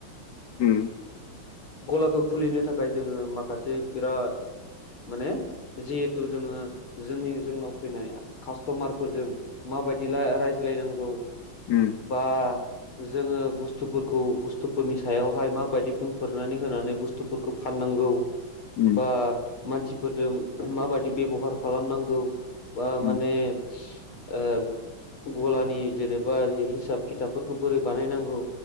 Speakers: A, on the left; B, on the left.
A: उम।
B: गलाखौ खुलिनो थाखाय जोङो माखासे बिराद माने जिहेथु जोङो जोंनि जोंनाव फैनाय कास्ट'मारफोरजों माबायदि रायज्लायनांगौ
A: उम
B: बा जोङो बुस्थुफोरखौ बुस्थुफोरनि सायावहाय माबायदि बुं फोरनानै होनानै बुस्थुफोरखौ फाननांगौ
A: उम
B: बा मानसिफोरजों माबायि बेबहार खालामनांगौ बा
A: उम
B: माने ओ गलानि जेनेबा हिसाब खिथाबफोरखौ बोरै बानायनांगौ